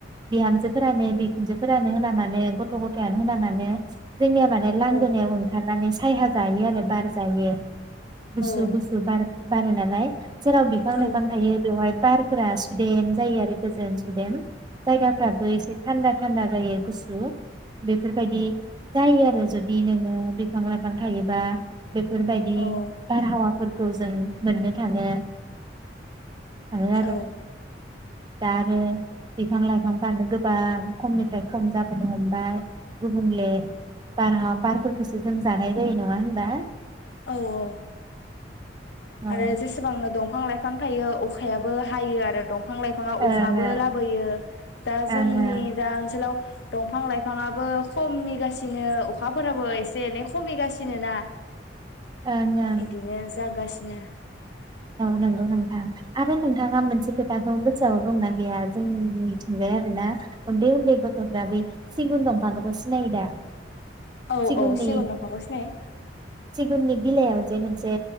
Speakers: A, on the right (about 25°); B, on the left (about 65°).
A: बिहामजोफोरानो बिखुनजोफोरानो होना मानो गथ' गथायानो होना मानो जोंनिया माने लांगोनायाव
B: औ
A: ओंखार नानै सायहा जायो आरो बार जायो गुसु
B: औ
A: गुसु बार बारोना जेराव बिफां
B: औ
A: लाइफां थायो बेवहाय बारफोरा सुदेम जायो आरो गोजोन सुदेम जायगाफ्राथ एसे थान्दा थान्दा जायो गुसु बेफोरबायदि जायो आरो जुदि नोङो बिफां लाइफां थायोबा बेफोरबायदि
B: औ
A: बारहावाफोर औ <unintelligible> जों मोननो थाङो थाङो आरो
B: औ
A: दारो बिफां लाइफां फानो बां खमनिफ्राय खम जाबोनो हमबाय गुबुंले बारहा बारफोरखौसो जों जानाय जायो नङा होनबा
B: औ औ
A: औ
B: आरो जेसेबांनो दंफां लाइफ फां थायो अखायाबो हायो आरो दं फां लाइफाङा
A: ओं
B: अखाबो
A: ओं
B: लाबोयो दा
A: ओं
B: जोंनि
A: ओं
B: दा ओनसोलाव दंफां लाइफाङाबो खमिगासिनो अखाफोराबो एसे एनै खमिगासिनो ना
A: <inaudible> आरो
B: इदिनो जागासिनो
A: नोंथाङा मोनसे खोथाखौ गोसोआव दंना गैया जों मिथिंजाय आरोना उन्दै उन्दै गथ'फ्रा बै सिगुन दंफांखौथ सिनायो दा
B: औ
A: सिगुननि
B: औ सिगुन दंफाखौ सिनायो
A: उननि गिलाइायाव जे मोनसे